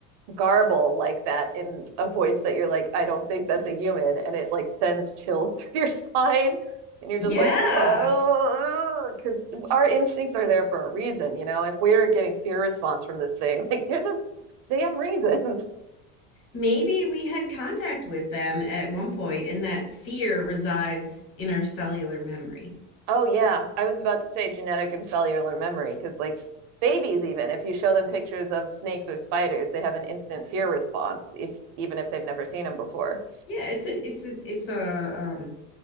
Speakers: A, on the right; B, on the left.
A: garble like that in a voice that you're like, I don't think that's a human. And it like sends chills <laughs> through your spine. And you're
B: Yeah.
A: just like, whoa, because our instincts are there for a reason. You know, if we we're getting fear response from this thing, <laughs> like there's a damn reason. <laughs>
B: Maybe we had contact with them at one point, and that fear resides in our cellular memory.
A: oh, yeah. I was about to say genetic and cellular memory because, like, babies, even if you show them pictures of snakes or spiders, they have an instant fear response, if even if they've never seen them before.
B: Yeah, it's a, it's a, it's a, um,